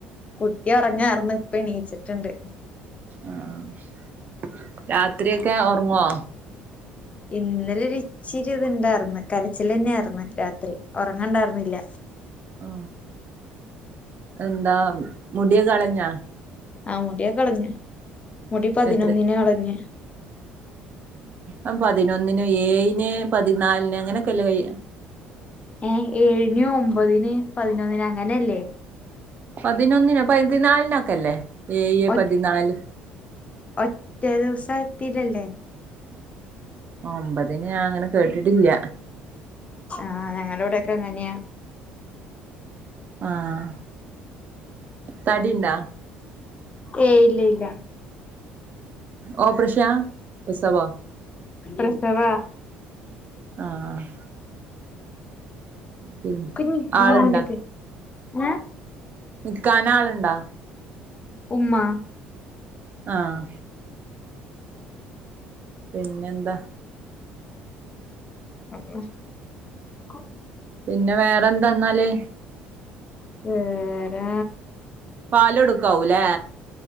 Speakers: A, on the left (about 30°); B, on the right (about 45°).
A: കുട്ടി ഉറങ്ങാർന്ന്, ഇപ്പണീച്ചിട്ടുണ്ട്.
B: ആഹ് ആഹ് രാത്രി ഒക്കെ ഓറങ്ങോ?
A: ഇന്നലെ ഒര് ഇച്ചിരി ഇത് ഇണ്ടാർന്ന്. കരച്ചിൽ തന്നെയാർന്ന് രാത്രി ഉറങ്ങണ്ടായിര്ന്നില്ല.
B: ഓ എന്താ മുടി കളഞ്ഞാ?
A: ആഹ് മുടി ഒക്കെ കളഞ്ഞ്. മുടി പതിനൊന്നിന്
B: എത്ര
A: കളഞ്ഞ്
B: അം പതിനൊന്നിന്, ഏഴിൻ, പതിനാലിന്, അങ്ങനെയൊക്കെല്ല കഴി
A: ഏഹ് ഏഴിന് ഒമ്പതിന് പതിനൊന്നിന് അങ്ങനെയല്ലേ?
B: പതിനൊന്നിന് പതിനാലിനൊക്കെ അല്ലേ? ഏഴ്,
A: ഒ
B: പതിനാല്
A: ഒറ്റ ദിവസത്തില് ല്ലേ?
B: ഒമ്പതിന് ഞാൻ അങ്ങനെ കേട്ടിട്ടില്ല.
A: ആഹ്.. ഞങ്ങടെ വിടെയൊക്കെ അങ്ങനെയാ.
B: ആഹ് തടിണ്ടാ
A: ഏയ് ഇല്ല ഇല്ല
B: ഓപ്പറേഷാ പ്രസവോ
A: പ്രസവാ
B: ആഹ് പിന്നെ
A: കുഞ്ഞി മിണ്ടാണ്ടിക്ക്
B: ആളുണ്ടാ
A: ഏ
B: നിക്കാന ആളുണ്ടാ
A: ഉമ്മ
B: ആഹ് പിന്നെ എന്താ
A: ആഹ
B: പിന്നെ വേറെ എന്താന്നാല്
A: വേറെ
B: പാൽ കൊടുക്കാവും ലേ